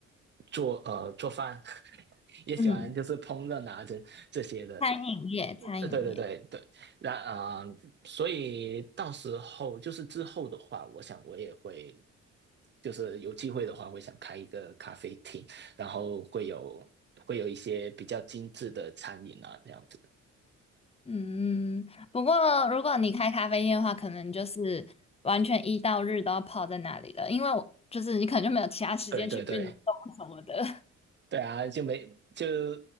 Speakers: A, on the right; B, on the left.
A: 做呃做饭，<laughs> 也喜欢就是烹饪啊这这些的，
B: 嗯，餐饮业，餐饮业。
A: 呃对对对对，那啊、呃所以到时候就是之后的话，我想我也会就是有机会的话，会想开一个咖啡厅，然后会有会有一些比较精致的餐饮啊这样子，的，
B: 嗯，不过如果你开咖啡店的话，可能就是完全一到日都要泡在那里的，因为我就是你可能就没有其他时间去运动什么的。
A: 对对对。对啊，就没就